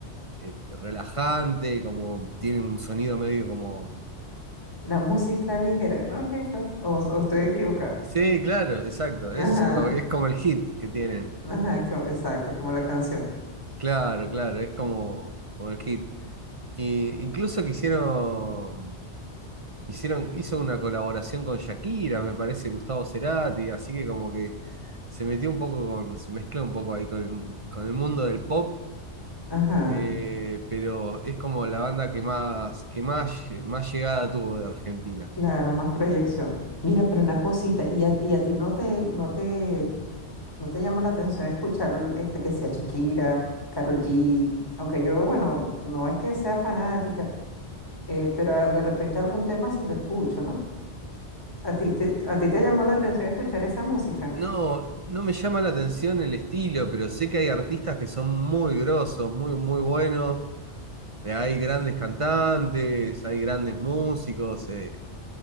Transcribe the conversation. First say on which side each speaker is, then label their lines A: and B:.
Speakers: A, on the right; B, on the left.
A: eh, relajante, como tiene un sonido medio como...
B: La música ligera, ¿no es esas? O, o estoy equivocada.
A: Sí, claro, exacto, ese
B: Ajá,
A: es, como- es como el hit que tienen.
B: ajá, co- exacto, como la canción.
A: Claro, claro, es como, como el hit. Y incluso quisieron. Hicieron, hizo una colaboración con Shakira, me parece, Gustavo Cerati, así que como que se metió un poco con, se mezcla un poco ahí con el, con el mundo del pop,
B: Ajá,
A: eh, pero es como la banda que más, que más, más llegada tuvo de Argentina.
B: claro, más proyección. Mira, pero una cosita, ¿y a, y a ti no te, no te ¿No te llama la atención escuchar este que sea Shakira, Karol G? Aunque yo, bueno, no es que sea fanática, eh, pero a- de repente algún tema sí lo escucho, ¿no? ¿A ti te, a ti te llamó la atención escuchar esa música?
A: No, no me llama la atención el estilo, pero sé que hay artistas que son muy grosos, muy, muy buenos. Eh, Hay grandes cantantes, hay grandes músicos, eh,